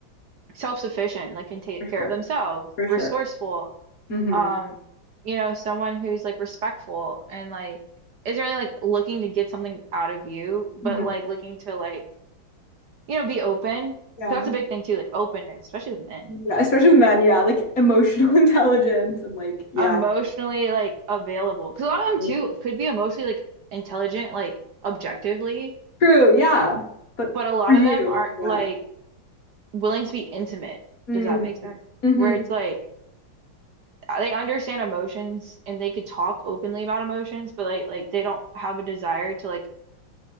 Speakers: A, on the right; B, on the left.
A: self-sufficient, like can take
B: For
A: care
B: sure.
A: of themselves,
B: For
A: resourceful
B: sure. hmm
A: um you know someone who's like respectful and like isn't really like looking to get something out of you but
B: hmm
A: like looking to like you know be open
B: Yeah.
A: 'Cause that's a big thing too like openness especially with men
B: Yeah.
A: because
B: Especially
A: you know
B: with men, yeah. Like emotional <laughs> intelligence and like yeah.
A: emotionally like available because a lot of them
B: Like,
A: too could be emotionally like intelligent like objectively
B: true, yeah. But
A: but a lot
B: for you,
A: of them aren't
B: yeah.
A: like willing to be intimate
B: Mm.
A: does that make sense
B: hmm
A: where it's like they understand emotions and they could talk openly about emotions but like like they don't have a desire to like